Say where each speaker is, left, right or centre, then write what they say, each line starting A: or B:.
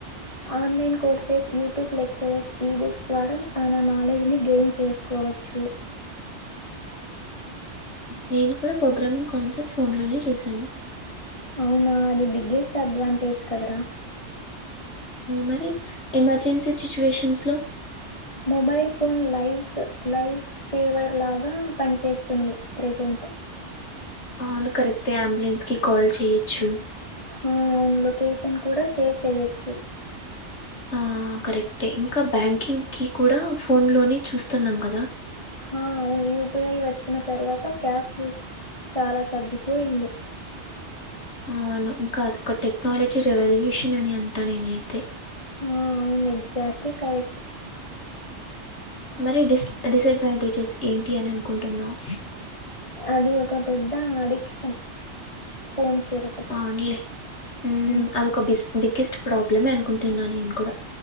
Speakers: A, on the left; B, on the left.
A: online courses YouTube lecturers ebooks ద్వారా చాలా నాలెడ్జ్ ని గెయిన్ చేసుకో కోవచ్చు
B: నేను కూడా ప్రోగ్రామింగ్ కాన్సెర్ట్ ఫోన్ లోనే చూశాను
A: అవునా అది బిగ్గెస్ట్ అడ్వాంటేజ్ కదరా
B: మరి ఎమర్జెన్సీ సిట్యూషన్స్ లో
A: mobile phone live life saver లాగా పనిచేస్తుంది ప్రజెంట్ టు
B: అవును కరెక్ట్ అంబులెన్స్ కి కాల్ చేయొచ్చు
A: హా అవును లొకేషన్ కూడా షేర్ చెయ్యొచ్చు
B: ఆ కరెక్టే ఇంకా బ్యాంకింగ్ కి కూడా ఫోన్ లోనే చూస్తున్నాం కదా
A: ఆ అవును యూపిఐ వచ్చిన తర్వాత క్యాష్ యూస్ చాలా తగ్గిపోయింది
B: అవును ఇంకా అద ఒక టెక్నాలజీ రెవల్యూషన్ అని అంటా నేనైతే
A: ఆ అవును ఎక్జాక్టలీ కరెక్ట్
B: మరి డిస్ డిసఅడ్వాంటేజెస్ ఏంటి అని అనుకుంటున్నావు
A: అది ఒక పెద్ద అడిక్షన్ ఫోను చూడటం.
B: అవునులే ఉ
A: హ్మ్.
B: అదొక బిస్ బిగ్గెస్ట్ ప్రాబ్లంనే అనుకుంటున్నా నేను కూడా.